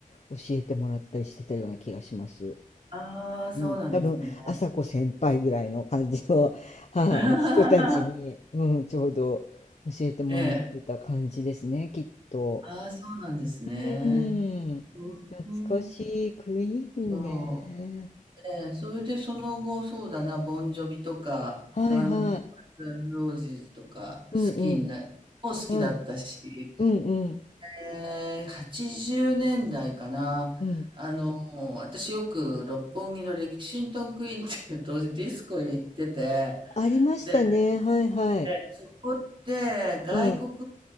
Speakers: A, on the left; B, on the right.
A: 教えてもらったりしてたような気がします。
B: ああ、そうなんですね。
A: うん、多分朝子先輩ぐらいの感じの、はい、
B: <laughs>
A: 人たちに、うん、ちょうど教えてもらってた感じですね、
B: ええ。
A: きっと。
B: ああ、そうなんですね。
A: うーん、
B: うん、
A: 懐かしいクイーンね。
B: うん、そう。ええ、それでその後、そうだな、ボンジョビとか、
A: はいはい。
B: ガンガンズ・ロージーズとか、好きにな、
A: うんうん。
B: も好きだったし、
A: はい。うんうん。
B: えー、80年代かな。
A: うん。
B: あの、私よく六本木のレキシントンクイーンっていう当時ディスコ行ってて、
A: ありましたね。
B: で、
A: はいはい。
B: えーそこって外国
A: うん。